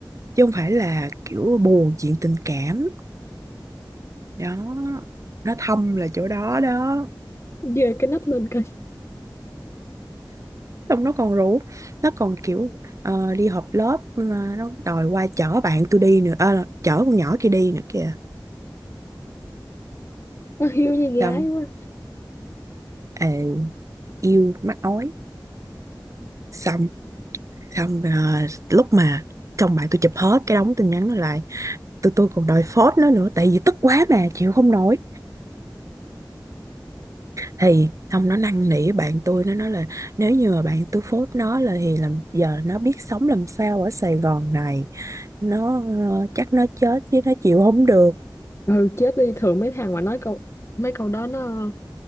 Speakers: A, on the right; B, on the left.
A: chứ không phải là kiểu buồn chuyện tình cảm đó nó thâm là chỗ đó đó
B: Giơ cái nách lên coi.
A: xong nó còn rủ nó còn kiểu ờ, đi họp lớp mà nó đòi qua chở bạn tôi đi nữa Ờ, chở con nhỏ kia đi nữa kìa
B: nó hiếu như gái
A: xong
B: quá
A: ờ, yêu mắc ói xong xong ờ, lúc mà chồng bạn tôi chụp hết cái đống tin nhắn nó lại tụi tôi còn đòi phốt nó nữa tại vì tức quá mà chịu không nổi thì xong nó năn nỉ bạn tôi nó nói là nếu như mà bạn tôi phốt nó là thì làm giờ nó biết sống làm sao ở Sài Gòn này nó ờ, chắc nó chết chứ nó chịu không được
B: ừ chết đi thường mấy thằng mà nói câu mấy câu đó nó